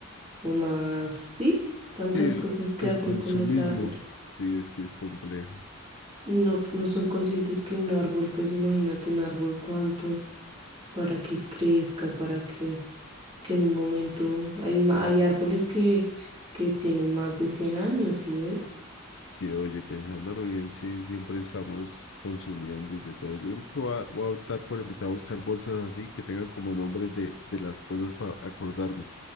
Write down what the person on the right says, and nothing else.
o más, sí, tantas
cosas que
hacen
con los árboles.
No, no son conscientes que un árbol, pues imagínate un árbol cuánto para que crezca, para que, que en un momento hay, ma- hay árboles que, que tienen más de 100 años, ¿sí ves?